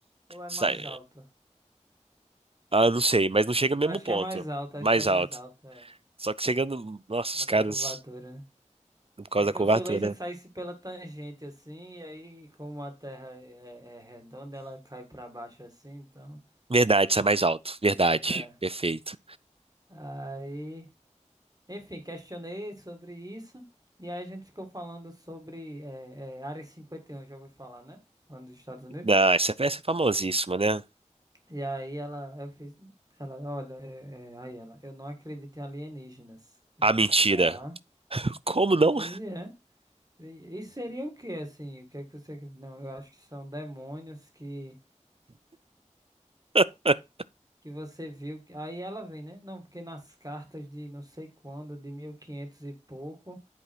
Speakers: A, on the right; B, on the right.
A: Ou é
B: Sai-
A: mais alto?
B: Ah, não sei, mas não chega no mesmo
A: Acho
B: ponto.
A: que é mais alto,
B: Mais
A: acho que é mais
B: alto.
A: alto, é.
B: Só que chegando. Nossa,
A: Cada
B: os caras.
A: curvatura, né?
B: Por causa
A: É
B: da
A: como
B: curvatura,
A: se o laser
B: né?
A: saísse pela tangente assim, e aí, como a Terra é, é é redonda, ela cai pra baixo assim, então.
B: Verdade, sai mais alto. Verdade.
A: É.
B: Perfeito.
A: Aí. Enfim, questionei sobre isso e aí a gente ficou falando sobre eh, eh, Área 51, já ouviu falar, né? Lá nos Estados Unidos.
B: Não, essa peça é famosíssima, né?
A: E aí ela, eu fiz, ela, olha, eh, eh, aí ela, eu não acredito em alienígenas. Eu
B: A
A: fiz,
B: mentira.
A: tá.
B: Como não?
A: Eu fiz, e é. E, e seria o que, assim? O que é que você acredita? Não, eu acho que são demônios que,
B: <laughs>
A: que você viu. que- Aí ela vem, né? Não, porque nas cartas de não sei quando, de 1500 e quinhentos e pouco,